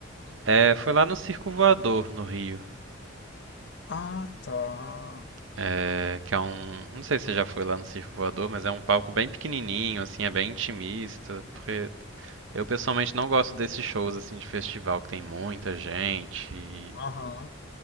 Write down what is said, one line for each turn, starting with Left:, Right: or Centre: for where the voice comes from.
Right: É, foi lá no Circo Voador, no Rio.
Left: Ah, tá.
Right: É, que é um. Não sei se você já foi lá no Circo Voador, mas é um palco bem pequenininho, assim, é bem intimista. Porque eu pessoalmente não gosto desses shows, assim, de festival que tem muita gente
Left: Aham.